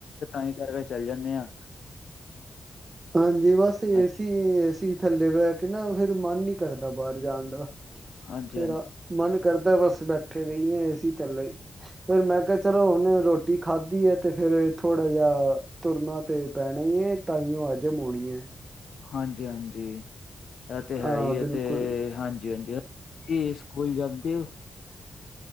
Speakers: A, on the left; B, on the right.
A: ਹੀ ਕਰਕੇ ਚੱਲ ਜਾਂਨੇ ਆ।
B: ਹਾਂਜੀ, ਬਸ ਏ
A: ਹਾਂਜੀ,
B: ਸੀ ਏ ਸੀ ਥੱਲੇ ਬਹਿ ਕੇ ਨਾ ਫਿਰ ਮਨ ਨਹੀਂ ਕਰਦਾ ਬਾਹਰ ਜਾਣ ਦਾ।
A: ਹਾਂਜੀ,
B: ਫਿਰ ਆ ਮਨ ਕਰਦਾ ਬਸ ਬੈਠੇ ਰਹੀਏ ਏ ਸੀ ਥੱਲੇ ਈ। ਫੇਰ ਮੈਂ ਕਿਹਾ ਚਲੋ ਹੁਨ ਰੋ ਰੋਟੀ ਖਾਧੀ ਹੈ ਤੇ ਫੇਰ ਥੋੜਾ ਜਿਹਾ ਤੁਰਨਾ ਤੇ ਪੈਣਾ ਈ ਏ ਤਾਂਓ ਅੱਜ ਜਮੋਣੀ ਏ।
A: ਹਾਂਜੀ, ਹਾਂਜੀ ਇਹ ਤੇ ਹੈ
B: ਹਾਂ
A: ਈ
B: ਬਿਲਕੁਲ
A: ਏ ਤੇ ਹਾਂਜੀ, ਹਾਂਜੀ। ਇਹ ਸਕੂਲ ਜਾਂਦੇ ਹੋ।